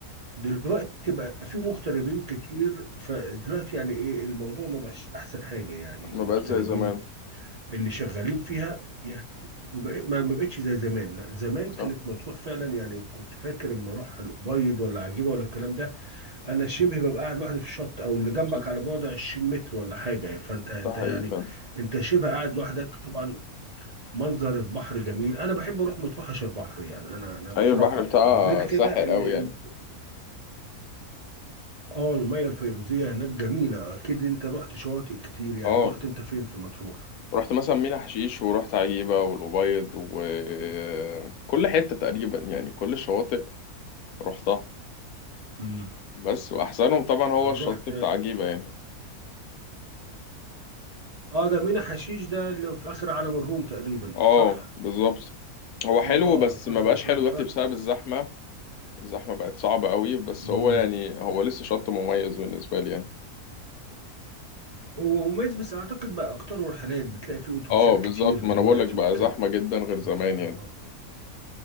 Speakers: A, on the right (about 45°); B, on the left (about 75°).
A: دلوقتي بقى في مغتربين كتير فدلوقتي يعني ايه الموضوع ما بقاش احسن حاجة يعني
B: ما
A: المغتربين
B: بقت زي زمان
A: اللي شغالين فيها يعني ما بق- ما- ما بقتش زي زمان لا زمان كانت
B: صح
A: مطروح فعلا يعني كنت فاكر اما اروح الابيض ولا عجيبه ولا الكلام ده انا شبه ببقى قاعد لوحدي في الشط او اللي جنبك
B: صح
A: على بعد 20 متر ولا حاجه فانت انت
B: ده حقيقي
A: يعني
B: فاهم
A: انت شبه قاعد لوحدك طبعا منظر البحر جميل انا بحب اروح مطروح عشان البحر يعني انا انا بصراحه
B: أيوة البحر بتاعها
A: يعني وغير كده
B: ساحر
A: ان
B: أوي
A: ان
B: يعني
A: اه الميه الفيروزيه هناك جميله اكيد انت رحت شواطئ كتير يعني
B: اه
A: رحت انت فين في مطروح
B: رحت مثلا مينا حشيش ورحت عجيبة والأبيض وكل حتة تقريبا يعني كل الشواطئ رحتها
A: امم
B: بس وأحسنهم طبعا هو
A: رحت
B: الشط بتاع عجيبة يعني
A: اه ده مينا حشيش ده اللي في اخر عالم الروم تقريبا
B: اه
A: صح
B: بالظبط هو حلو
A: اه اه
B: بس
A: فخر
B: ما بقاش
A: فخر
B: حلو دلوقتي بسبب الزحمة الزحمة بقت صعبة قوي بس
A: امم
B: هو يعني هو لسه شط مميز بالنسبة لي يعني
A: هو مميز بس اعتقد بقى اكتر رحلات بتلاقي فيه اتوبيسات
B: اه بالظبط
A: كتير دلوقتي
B: ما انا بقولك بقى
A: وكده
B: زحمة جدا غير زمان
A: اه اه
B: يعني
A: اه